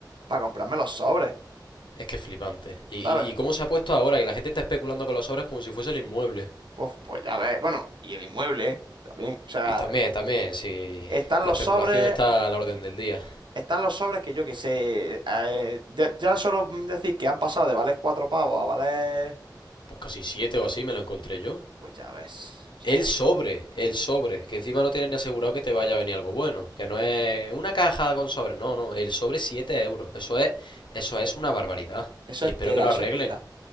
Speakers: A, on the right; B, on the left.
A: para comprarme los sobres,
B: Es que es flipante. Y,
A: ¿sabes?
B: y, y cómo se ha puesto ahora, que la gente está especulando con los sobres como si fuese el inmueble.
A: Pues, pues ya ves, bueno, y el inmueble, ¿eh? También, o sea,
B: Y también, también, si
A: están
B: la
A: los
B: especulación
A: sobres
B: está a la orden del día.
A: Están los sobres que yo que sé. eh, ya, ya solo decís que han pasado de valer cuatro pavos a valer.
B: Pues casi siete o así me lo encontré yo.
A: Pues ya ves. O sea,
B: El
A: es-
B: sobre, el sobre, que encima no tienes ni asegurado que te vaya a venir algo bueno, que no es una caja con sobres, no, no, el sobre 7 euros, eso es, eso es una barbaridad.
A: Eso
B: Y
A: es
B: espero
A: tela,
B: que lo
A: eso
B: arreglen,
A: es tela.